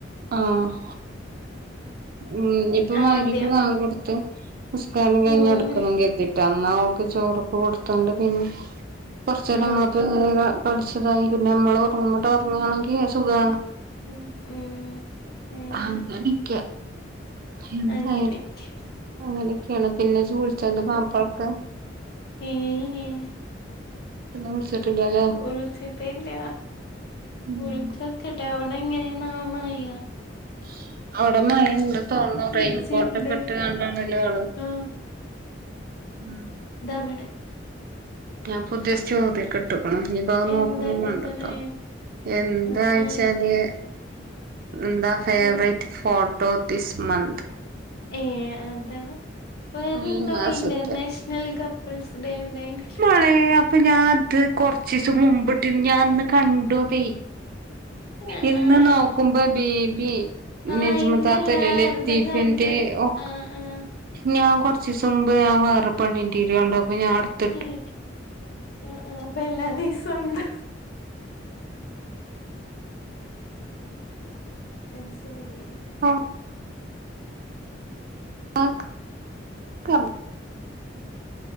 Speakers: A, on the right; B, on the left.
A: ആഹ് ഉം ഇഞ്ഞിപ്പൊ മര്ബി
B: ആദ്യം
A: വാങ്കോട്ത്ത് ത്ത് ഉസ്ത്താനീം കെയ്ഞ്ഞ്
B: ഉം
A: അട്ക്കണം കെര്തീ- റ്റന്നാ ഓൾക്ക് ചോറൊക്കെ കൊട്ത്താണ്ട് പിന്നെ കൊറച്ചേരം
B: ആ
A: നമ്മളപ്പങ്ങനെ ക- കളിച്ച്തായി പിന്നെ നമ്മള് ഒറങ്ങുമ്പോട്ട് ഒറങ്ങാണെങ്കി സുഖാണ്.
B: ഉം ഉം അങ്ങനെ
A: അങ്ങനെക്കെ എന്തായാലും
B: അങ്ങനെയൊക്കെ
A: അങ്ങനെ ഒക്കെയാണ് പിന്നെ ഇജ്ജ് വുൾച്ചന്റെ മാപ്പ്ൾക്ക്?
B: ഏയ് ഹീയ്
A: പിന്നെ വുൾച്ച്ട്ടില്ലല്ലെ
B: വുളിച്ച്ട്ടില്ല
A: ഉം
B: വുൾച്ചോക്കട്ടെ അവടെ എങ്ങനെന്നാവോ മയ
A: <inaudible> അവടെ മയ ഇണ്ട് തോൺണു
B: ഫ്രിഡ്ജ്ണ്ട്
A: റെയിൻകോട്ടൊക്കെ ഇട്ട്ങ്ങാണ്ടാണല്ലേ ആള്
B: ആ
A: ഉം
B: ഇതാവടെ
A: ഞാ പുത്യേ സ്റ്റോറി ഒക്കെ ഇട്ട്ക്കുണു ഇഞ്ഞി - വ നോക്കൊന്നും
B: എന്താ ഇട്ടേക്കണേ
A: വാണ്ട എന്താച്ചാല്
B: ഉം ഉം
A: ന്ത ഫേവറേറ്റ്
B: ഉം
A: ഫോട്ടോ ദിസ് മന്ത്.
B: ഏഹ് അതാ വേറെന്തോ
A: ഈ മാസത്തെ
B: ഇന്റർനാഷണൽ ഇങ്ങള് കപ്പ്ൾസ് ഡേ ഇണ്ടായിന്
A: മളെ അപ്പൊ ഞാത് കൊർച്ച് കൊർച്ചീസം മുമ്പ്ട്ടിന്ന് ഞാൻ അന്ന് കണ്ടു അതേയ്,
B: ആ
A: ഇന്ന് നോ- കുംഭ ബിബി
B: ആ
A: നിജ്മദാത്തല
B: ഇന്നെല്ലാര്തും
A: ലത്തീഫിന്റെ
B: കണ്ടു
A: ഒ
B: ആ ആ ആ
A: ഞാൻ കുറച്ച ദിവസം മുമ്പ് ഞൻ വേറെ പണ്ണിൻന്റെീരി ഉണ്ടോ അപ്പൊ ഞാൻടു
B: ഉ ഉ അപ്പൊ പിന്നെ ദിവസംണ്ട് ആ ശരി
A: ആ <unintelligible> ആ <unintelligible>